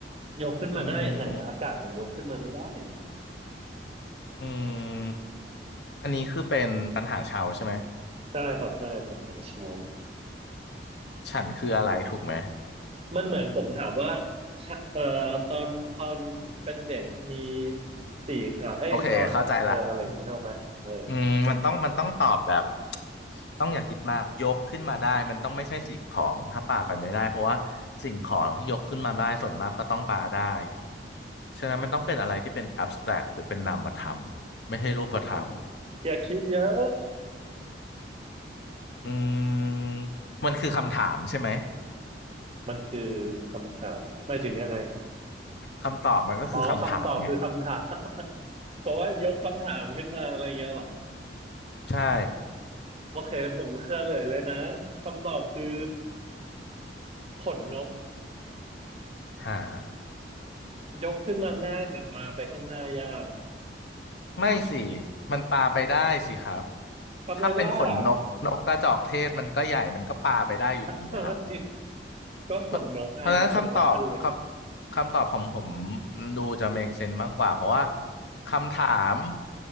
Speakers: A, on the right; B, on the left.
A: ยกขึ้นมาได้ยังไงอะอากาศมันยกขึ้นมาไม่ได้
B: อืมอืมอันนี้คือเป็นปัญหาชาวใช่ไหม
A: ใช่ครับใช่ปัญหาชาว
B: ฉันคืออะไรถูกไหม
A: มันเหมือนผมถามว่าชะเอ่อตอนตอนเป็นเด็กมีสี่ขาเอ้ยตอนเอออะไรอย่างเงี้ยนึกออกไหมเออ
B: โอเคเข้าใจละ อืมมันต้องมันต้องตอบแบบต้องอย่าคิดมากยกขึ้นมาได้มันต้องไม่ใช่สิ่งของถ้าป่าไปไม่ได้เพราะว่าสิ่งของที่ยกขึ้นมาได้ส่วนมากก็ต้องปาได้ฉะนั้นมันต้องเป็นอะไรที่เป็น abstract หรือเป็นนามธรรมไม่ใช่รูปธรรม
A: อย่าคิดเยอะ
B: อืมมันคือคำถามใช่ไหม
A: มันคือคำถามไม่ถึงยังไง
B: คำตอบมันก็คือคำถามไง
A: อ๋อคำตอบคือคำถาม <laughs> เพราะว่ายกคำถามขึ้นมาอะไรเงี้ยเหรอ
B: ใช่
A: โอเคผมเฉลยเลยนะคำตอบคือขนนก
B: หา
A: ยกขึ้นมาง่ายแต่ปาไปข้างหน้ายาก
B: ไม่สิมันปาไปได้สิครับ
A: ทำไมได้อ่ะ
B: ถ้าเป็นขนนกนกกระจอกเทศมันก็ใหญ่มันก็ปาไปได้อยู่ดีนะครับ
A: <laughs> ก็ขนนกไงขนนกอันเล็ก
B: เพราะเพราะฉะนั้นคำตอบคำคำตอบผมผมดูจะ make sense มากกว่าเพราะว่าคำถาม